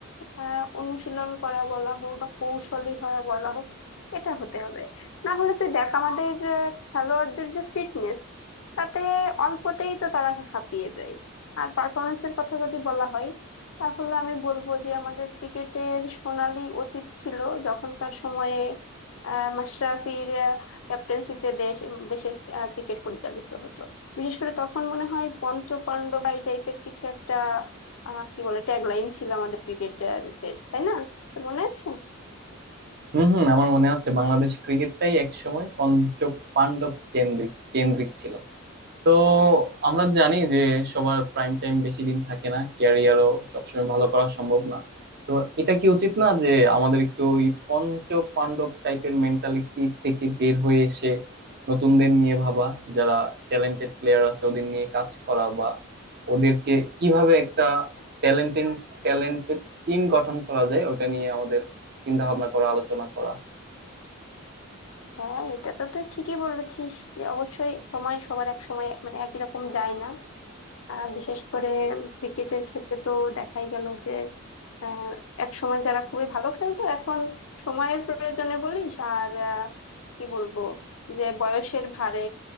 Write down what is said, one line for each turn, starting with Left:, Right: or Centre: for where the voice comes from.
Left: আহ, অনুশীলন করা বলা হোক বা কৌশলী হওয়া বলা হোক এটা হতে হবে না হলে তুই দেখ আমাদের আহ, খেলোয়াড়দের যে ফিটনেস তাতে অল্পতেই তো তারা হাঁপিয়ে যায় আর পারফরমেন্সের কথা যদি বলা হয় তাহলে আমি বলবো যে আমাদের ক্রিকেটের সোনালী অতীত ছিল যখনকার সময়ে আহ, মাশরাফির ক্যাপ্টেন্সিতে দেশ দেশের আহ, ক্রিকেট পরিচালিত হতো বিশেষ করে তখন মনে হয় পঞ্চ পাণ্ডব বা এই টাইপের কিছু একটা আহ, কি বলে ট্যাগলাইন ছিল আমাদের ক্রিকেটারদের তাই না তোর মনে আছে
Right: হুম হুম আমার মনে আছে বাংলাদেশ ক্রিকেটটাই একসময় পঞ্চ পাণ্ডব কেন্দ্রিক কেন্দ্রিক ছিল তো আমরা জানি যে সবার প্রাইম টাইম বেশি দিন থাকে না ক্যারিয়ারও সবসময় ভালো করা সম্ভব না তো এটা কি উচিত না যে আমাদের একটু ওই পঞ্চ পাণ্ডব টাইপের মেন্টালিটি থেকে বের হয়ে এসে নতুনদের নিয়ে ভাবা যারা ট্যালেন্টেড প্লেয়ার আছে ওদের নিয়ে কাজ করা বা ওদেরকে কিভাবে একটা
Left: হ্যাঁ
Right: ট্যালেন্টেড ট্যালেন্টেড টিম গঠন করা যায় ওটা নিয়ে আমাদের চিন্তা ভাবনা করা আলোচনা করা
Left: হ্যাঁ, এটা তো তুই ঠিকই বলেছিস যে অবশ্যই সময় সবার এক সময় মানে একই রকম যায় না আহ, বিশেষ করে ক্রিকেটের ক্ষেত্রে তো দেখাই গেল যে আহ, এক সময় যারা খুবই ভালো খেলতো এখন সময়ের প্রয়োজনে বলিস আর আহ, কি বলবো যে বয়সের ভারে